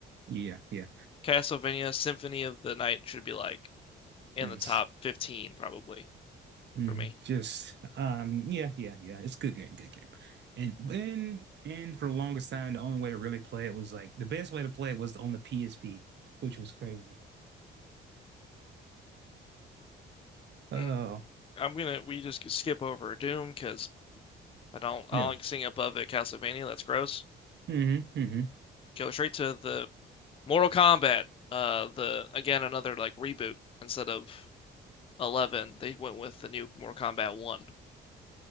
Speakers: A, on the right (about 60°); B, on the left (about 30°).
A: yeah, yeah,
B: Castlevania Symphony of the Night should be like in
A: yes."
B: the top 15 probably
A: hmm
B: for me.
A: Just um yeah, yeah, yeah. It's a good game, good game. And and and for the longest time, the only way to really play it was like the best way to play it was on the PSP, which was crazy. Oh,
B: Mm. I'm gonna we just skip over Doom because I don't I
A: no.
B: don't like seeing above it Castlevania. That's gross.
A: hmm hmm
B: Go straight to the Mortal Kombat. Uh, the again another like reboot instead of 11. They went with the new Mortal Kombat 1.